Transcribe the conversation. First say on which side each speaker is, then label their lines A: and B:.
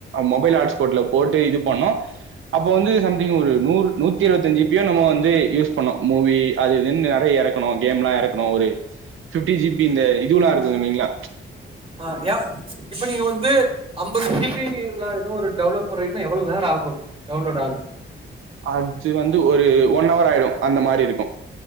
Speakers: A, on the right; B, on the right.
A: மொபைல் ஹாட்ஸ்பாட்ல போட்டு இது பண்ணோ அப்ப வந்து சம்திங்க் ஒரு நூறு நூத்தி இருவத்தஞ்சி ஜிபி என்னமோ வந்து யூஸ் பண்ணோம் மூவி அது இதுனு நறயா இறக்கனம் கேம்லா இறக்கனம் ஒரு பிப்டி ஜிபி இந்த இதுலாம் இருக்கு இல்லிங்களா
B: ஆ ஏவ இப்ப நீங்க ஒந்து ஐம்பது ஜிபி இதுல ஏதோ ஒரு டவுன்லோட் போறீங்கன்னா எவ்ளோ நேரோ ஆகு டவுன்லோடு ஆகு
A: அது வந்து ஒரு ஒன் அவர் ஆயிடு அந்த மாரி இருக்கு